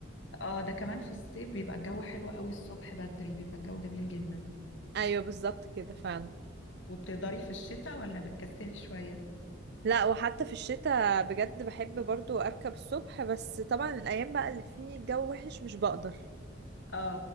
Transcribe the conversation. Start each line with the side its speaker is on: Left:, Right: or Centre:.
Left: اه ده كمان في الصيف بيبقى الجو حلو قوي الصبح بدري بيبقى الجو جميل جدا
Right: أيوه بالظبط كده فعلا
Left: وبتقدري في الشتاء ولا بتكسلي شوية
Right: لا وحتى في الشتاء بجد بحب برضو أركب الصبح بس طبعا الأيام بقى اللي فيه الجو وحش مش بقدر
Left: اه